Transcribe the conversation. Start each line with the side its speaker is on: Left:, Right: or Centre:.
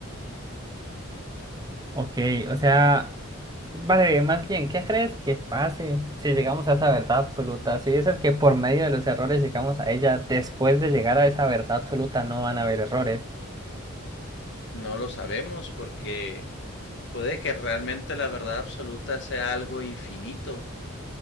Right: Ok, o sea, vale, más bien, ¿qué crees que pase si llegamos a esa verdad absoluta? Si dices que por medio de los errores llegamos a ella, después de llegar a esa verdad absoluta no van a haber errores.
Left: No lo sabemos porque Puede que realmente la verdad absoluta sea algo infinito,